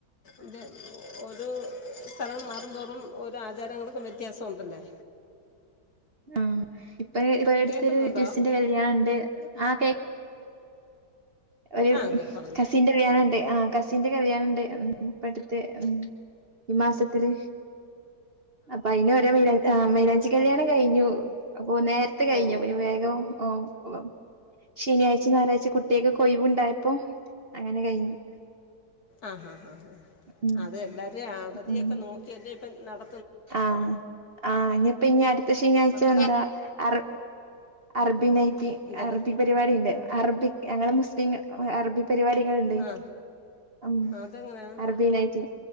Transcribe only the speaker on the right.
ആഹ് ഇപ്പൊ പ്പ അടുത്തെരു
റിലേറ്റീവ്സ്സിന്റെ കല്യാണണ്ട് ആ കയ് ഒരു
കസിന്റെ കല്യാണണ്ട് ആഹ് കസിന്റെ കല്യാണണ്ട് ഉം ഇപ്പ അടു തെ ഉം ഈ മാസത്തില് അപ്പ അയിന് ഓരേ മൈലാഞ്ചി ആ മൈലാഞ്ചി കല്യാണം കഴിഞ്ഞു അപ്പൊ നേരത്തെ കഴിഞ്ഞു
അപ്പൊ ഞാൻ വേഗം ഓഹ് ഉം ശനിയാഴ്ചയും ഞായറാഴ്ചയും കുട്ട്യാക്കൊക്കെ ഒഴിവ് ഇണ്ടായപ്പോ അങ്ങനെ കഴിഞ്ഞു
ഉം
ഉം
ആഹ് ആഹ് ഇഞിപ്പ ഇഞി അടുത്ത ശനിയാഴ്ച
എന്താ അർ അർബീ നൈറ്റ്
അറബി പരിപാടിണ്ട് അറബിക് ഞങ്ങളെ മുസ്ലിങ്ങൾ അറബിക് പരിപാടികള്ണ്ട്
ഉം
അറബീ നൈറ്റ്‌